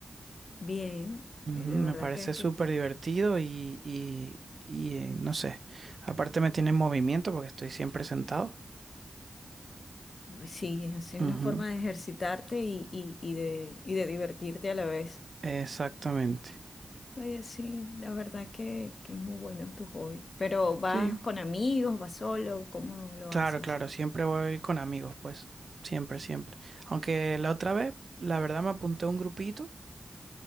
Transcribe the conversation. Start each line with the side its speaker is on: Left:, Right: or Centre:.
Left: bien,
Right: Ujú,
Left: eh,
Right: Me
Left: de verdad
Right: parece
Left: que,
Right: súper
Left: que
Right: divertido y, y, y, eh, no sé, aparte me tiene en movimiento porque estoy siempre sentado.
Left: Uy, Sí, es así
Right: Ujú,
Left: una forma de ejercitarte y, y- y de, y de divertirte a la vez.
Right: Exactamente.
Left: Oye, sí, la verdad que, que es muy bueno tu hobby. Pero ¿vas
Right: Sí,
Left: con amigos, vas solo? ¿Cómo lo
Right: claro,
Left: haces?
Right: claro, siempre voy con amigos, pues, siempre, siempre. Aunque la otra vez, la verdad, me apunté a un grupito